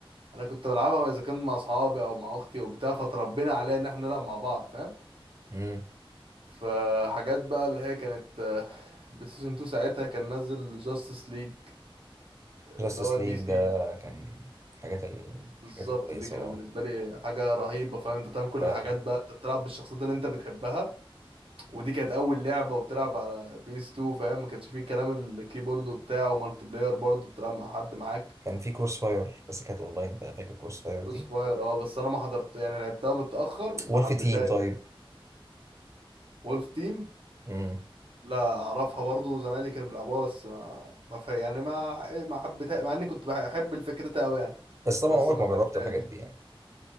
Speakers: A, on the right; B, on the right.
A: انا كنت بلعبها اذا كان مع اصحابي او مع اختي وبتاع فتربينا عليها ان احنا نلعب مع بعض فاهم
B: امم
A: فحاجات بقى اللي هي كانت آه، بلايستيشن 2 ساعتها كان نزل جاستس ليج
B: جاستس
A: اللي هو دي
B: ليج
A: سي
B: ده كان حاجات ال...
A: بالظبط
B: الحاجات الكويسة
A: دي كانت
B: اه
A: بالنسبه لي حاجه رهيبه فاهم انت تعمل كل
B: فعلا
A: الحاجات بقى انت بتلعب بالشخصيات اللي انت بتحبها ودي كانت اول لعبه وبتلعب على بي اس 2 فاهم ما كانش فيه كلام الكيبورد وبتاع ومالتي بلاير برضه بتلعب مع حد معاك
B: كان في كروس فاير بس كانت أونلاين بقى فاكر كروس فاير
A: كروس
B: دي
A: فاير اه بس انا ما حضرت يعني لعبتها متاخر وما
B: وولف
A: حبيتهاش
B: تيم طيب
A: وولف تيم
B: امم
A: لا اعرفها برضو زمايلي كانوا بيلعبوها بس ما ما في يعني ما ما حبيتها مع اني كنت بحب الفكرتها قوي يعني
B: بس طبعا
A: بس
B: عمرك
A: ما
B: ما جربت
A: لعبتهاش
B: الحاجات دي يعني